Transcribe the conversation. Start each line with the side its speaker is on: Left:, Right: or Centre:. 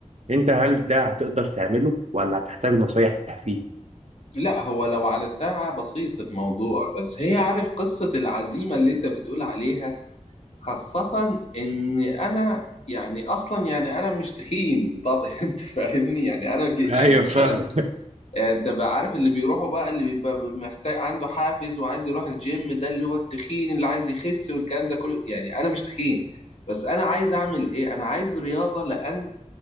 Right: انت هل ده هتقدر تعمله ولا هتحتاج نصايح فيه
Left: لا هو لو على ساعه بسيط الموضوع بس هي عارف قصه العزيمه اللي انت بتقول عليها خاصه ان انا يعني اصلا يعني انا مش تخين طب <laughs> انت فاهمني يعني انا ج- يعني
Right: ايوه فاهم
Left: مثلا يعني انت بقى عارف اللي بيروحوا بقى اللي بيبقى محتاج عنده حافز وعايز يروح الجيم ده اللي هو التخين اللي عايز يخس والكلام ده كله يعني انا مش تخين بس انا عايز اعمل ايه انا عايز رياضة لان